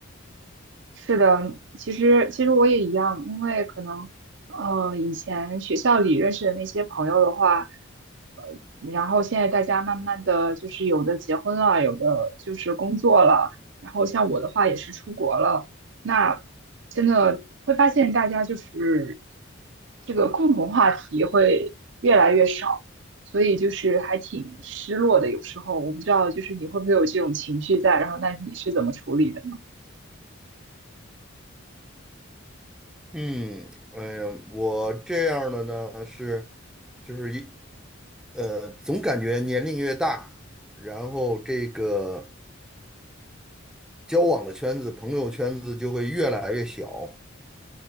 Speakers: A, on the right; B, in the centre.
A: 是的，其实其实我也一样，因为可能呃以前学校里认识的那些朋友的话，呃，然后现在大家慢慢的就是有的结婚了，有的就是工作了，然后像我的话也是出国了，那真的会发现大家就是这个共同话题会越来越少，所以就是还挺失落的。有时候我不知道就是你会不会有这种情绪在，然后那你是怎么处理的呢？
B: 嗯，哎呀，我这样的呢是，就是一呃，总感觉年龄越大，然后这个交往的圈子、朋友圈子就会越来越小。